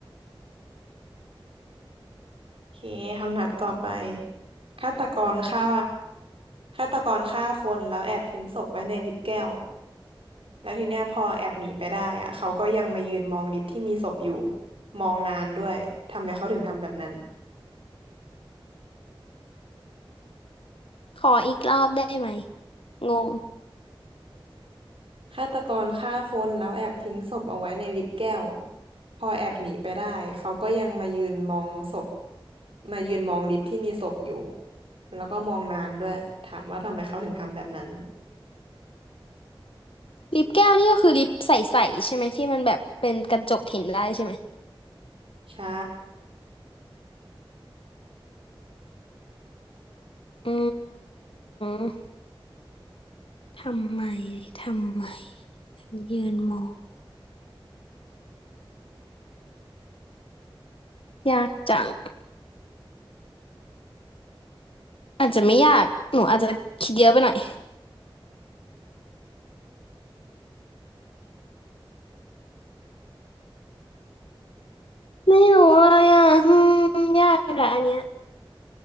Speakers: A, on the right; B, on the left.
A: โอเคคำถามต่อไปฆาตกรฆ่า ฆาตกรฆ่าคนแล้วแอบทิ้งศพไว้ในลิฟต์แก้วแล้วทีเนี้ยพอแอบหนีไปได้อะเขาก็ยังมายืนมองลิฟต์ที่มีศพอยู่มองนานด้วยทำไมเขาถึงทำแบบนั้น
B: ขออีกรอบได้ไหม งง
A: ฆาตกรฆ่าคนแล้วแอบทิ้งศพเอาไว้ในลิฟต์แก้วพอแอบหนีไปได้เขาก็ยังมายืนมองศพมายืนมองลิฟต์ที่มีศพอยู่แล้วก็มองนานด้วยถามว่าทำไมเขาถึงทำแบบนั้น
B: ลิปแก้วนี่ก็คือลิปใสๆใช่ไหมที่มันแบบเป็นกระจกเห็นได้ใช่ไหม
A: ใช่
B: อืมทำไมทำไม ยืนมองยากจังอาจจะไม่ยากหนูอาจจะคิดเยอะไปหน่อยไม่รู้เลยอ่ะอืมยากแหละอันเนี้ย